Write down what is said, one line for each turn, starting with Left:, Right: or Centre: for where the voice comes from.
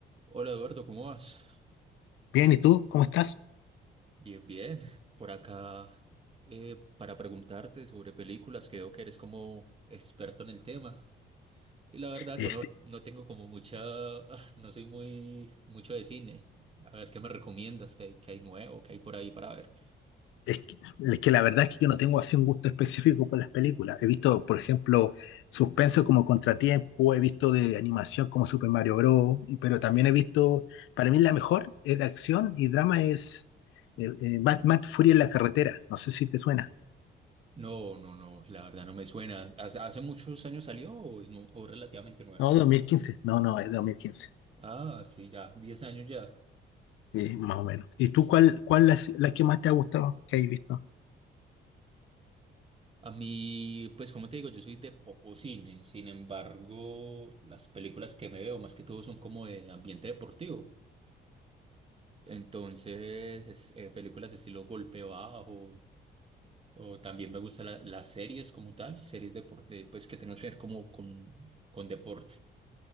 Right: Hola Eduardo, ¿cómo vas?
Left: Bien, ¿y tú? ¿Cómo estás?
Right: Bien, bien. Por acá, eh, para preguntarte sobre películas, que veo que eres como experto en el tema. Y la verdad,
Left: Este,
Right: yo no, no tengo como mucha, <laughs> no soy muy mucho de cine. A ver, ¿qué me recomiendas? ¿Qué hay, qué hay nuevo? ¿Qué hay por ahí para ver?
Left: es que, es que la verdad es que yo no tengo así un gusto específico por las películas. He visto, por ejemplo, suspenso como Contratiempo, he visto de animación como Super Mario Bros., y- pero también he visto, para mí la mejor es de acción y drama es eh, eh, Mad, Mad Fury en la carretera. No sé si te suena.
Right: No, no, no, la verdad no me suena. ¿Hace, hace muchos años salió o es nu- o relativamente nueva?
Left: No, dos mil quince, No, no, es 2015.
Right: Ah, sí, ya, 10 años ya.
Left: Sí, más o menos. ¿Y tú
Right: S-
Left: cuál, cuál es la que más te ha gustado que hayas visto?
Right: A mí, pues como te digo, yo soy de poco cine, sin embargo, las películas que me veo más que todo son como de ambiente deportivo. Entonces, es- eh, películas de estilo golpe bajo, o también me gustan la- las series como tal, series deporte, pues que tengan que ver como con, con deporte.